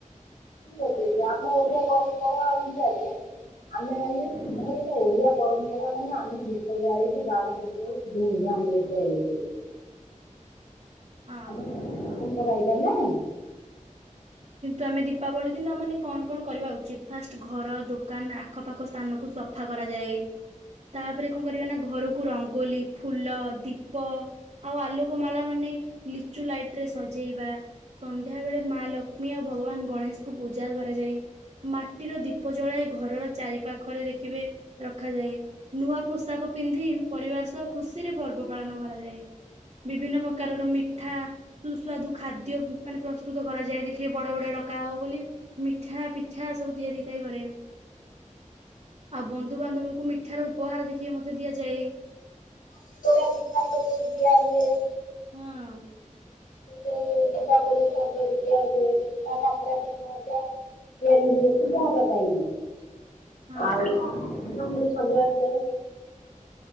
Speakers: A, on the left; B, on the right.
A: <unintelligible> ଆମ ଓଡ଼ିଆ ପରମ୍ପରା ଅନୁସାରେ ଆମେ ମାନେ <unintelligible> ଓଡ଼ିଆ ପରମ୍ପରା ମାନେ ଆମେ ଦୀପ ଜାଳିବୁ ବାଣ ଫୁ ବୋହୁତ୍ ଧୁମଧାମରେ ପାଳନ କରିବୁ।
B: ହଁ।
A: ଆମେ <unintelligible> ରହିବା ବା ନା।
B: କିନ୍ତୁ ଆମେ ଦୀପାବଳି ଦିନ ମାନେ କଣ କଣ କରିବା ଉଚିତ ଫାଷ୍ଟ ଘର ଦୋକାନ ଆଖପାଖ ସ୍ଥାନକୁ ସ ଫା କରାଯାଏ ତାପରେ କଣ କରିବେ ନା ଘରକୁ ରଙ୍ଗୋଲି ଫୁଲ ଦୀପ ଆଉ ଆଲୋକମାଳା ମାନେ ଲିଚୁ ଲାଇଟରେ ସଜେଇବା। ସନ୍ଧ୍ୟାବେଳେ ମା ଲକ୍ଷ୍ମୀ ଆଉ ଭଗବାନ ଗଣେଶଙ୍କୁ ପୂଜା କରାଯାଏ। ମାଟିର ଦୀପ ଜଳାଇ ଘରର ଚାରି ପାଖରେ ଦେଖିବେ ରଖାଯାଏ। ନୂଆ ପୋଷାକ ପିନ୍ଧି ପରିବାର ସହ ଖୁସିରେ ପର୍ବ ପାଳନ କରାଯାଏ। ବିଭିନ୍ନ ପ୍ରକାରର ମିଠା ସୁସ୍ୱାଦୁ ଖାଦ୍ୟ ଉଁ ମାନେ ପ୍ରସ୍ତୁତ କରାଯାଏ ଦେଖ୍ ଖିବେ ବଡ଼ବଡ଼ୁଆ ଡକା ହବ ବୋଲି ମିଠା ପିଠା ସବୁ ତିଆରି ହେଇଥାଏ ଘରେ। ଆଉ ବନ୍ଧୁବାନ୍ଧବଙ୍କୁ ମିଠାର ଉପହାର ଦେଖିବେ ମଧ୍ୟ ଦିଆଯାଏ।
A: ସିଙ୍ଗଡ଼ା ମିଠା ସବୁ ଦିଆ ହୁଏ।
B: ହଁ।
A: ସେ ଯୋଉ ଦୀପାବଳି ପର୍ବରେ ଦିଆ ହୁଏ ପିଠା କାକରା ପିଠା ହେରିକା। ତିଆରି ହୁଏ ପୂଜା ହବା ପାଇଁ ବି
B: ହଁ
A: ଆଉ ସବୁ ଆସେ।